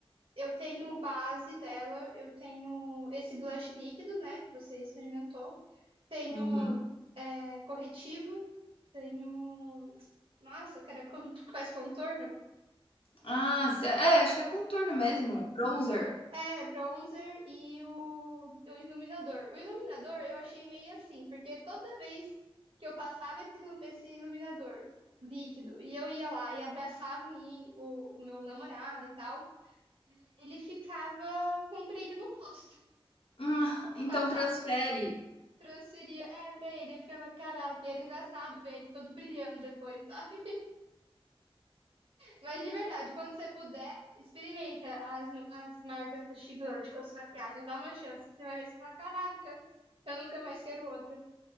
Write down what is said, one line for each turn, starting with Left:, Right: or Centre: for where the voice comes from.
Right: eu tenho base dela, eu tenho esse blush líquido, né, que você experimentou tenho
Left: Uhum.
Right: é, corretivo, tenho. Nossa, cara, como tu faz contorno?
Left: Ah, se é, acho que é contorno mesmo, bronzer.
Right: É, bronzer e o, o iluminador. O iluminador eu achei meio assim, porque toda vez que eu passava esse, ilu- esse iluminador líquido e eu ia lá e abraçava em- o, o meu namorado e tal, ele ficava com um brilho no rosto. <laughs>
Left: <laughs> Ah, então
Right: Passava,
Left: transfere.
Right: transferia, é, pra ele, eu ficava, caraca, e era engraçado ver ele todo brilhando depois, sabe? Mas de verdade, quando você puder, experimenta as, as marcas da Shigan, tipo as maquiagens, dá uma chance. Você vai ver se fala, caraca, eu nunca mais quero outra.